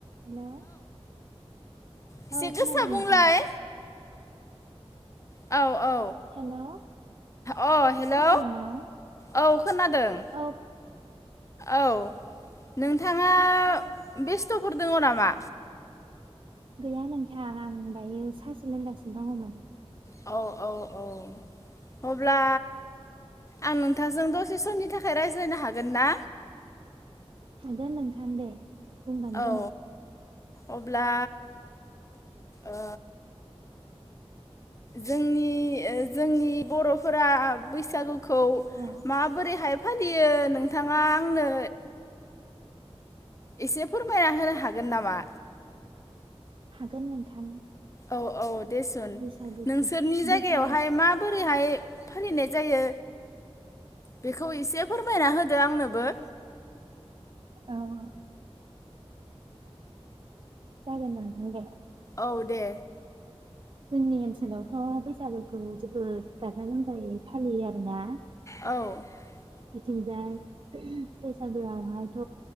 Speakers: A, on the right; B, on the left.
A: हेलौ
B: एसे
A: औ
B: गोसा
A: खोनादों
B: बुंलाय
A: नोंथां।
B: औ औ
A: हेलौ
B: अ हेलौ
A: खोनादोंना?
B: औ खोनादों।
A: औ
B: औ नोंथाङा बेस्थ'फोर दोङ नामा?
A: गैया नोंथां आं दायो सास सो लोंगासिनो दङमोन।
B: औ औ औ अब्ला आं नोंथाजों दसे समनि थाखाय रायज्लायनो हागोन ना?
A: हागोन नोंथां दे बुंबानो
B: औ
A: जाबाय।
B: अब्ला ओ जोंनि ओ जोंनि बर'फोरा बैसागुखौ
A: औ
B: माबोरैहाय फालियो नोंथाङा आंनो एसे फोरमायना होनो हागोन नामा?
A: हागोन नोंथां।
B: औ औ दे सुन
A: बैसागोखौ
B: नोंसोरनि जायगायावहाय
A: बैसागो
B: माबोरैहाय फालिनाय जायो बेखौ इसे फोरमायना होदो आंनोबो।
A: औ आ जागोन नोंथां दे।
B: औ दे
A: जोंनि ओनसोलावथ' बैसागोखौ जोबोद गाजा गोमजायै फालियो आरोना।
B: औ
A: बिथिंजाय बैसागोआवहायथ'